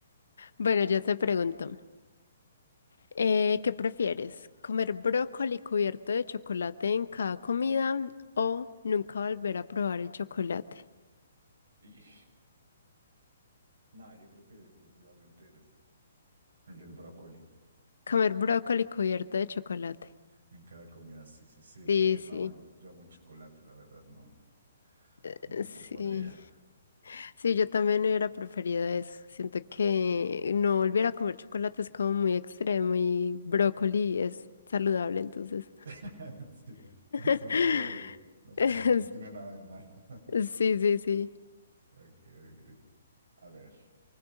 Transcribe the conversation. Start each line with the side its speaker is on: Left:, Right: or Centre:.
Left: Bueno, yo te pregunto, eh, ¿qué prefieres? ¿Comer brócoli cubierto de chocolate en cada comida o nunca volver a probar el chocolate?
Right: Y, No, yo creo que definitivamente el, el del brócoli
Left: Comer brócoli cubierto de chocolate.
Right: en cada comida, sí, sí, sí, porque
Left: Sí,
Right: no,
Left: sí,
Right: yo amo el chocolate, la verdad, no,
Left: eh,
Right: no
Left: sí.
Right: podría.
Left: Sí, yo también hubiera preferido eso. Siento que no volver a comer chocolate es como muy extremo y brócoli es saludable, entonces.
Right: <laughs> Sí, es
Left: <laughs> <laughs>
Right: un pro, y- o sea, no, no tiene nada de malo. <laughs>
Left: Sí, sí, sí.
Right: Ok, ok. A ver,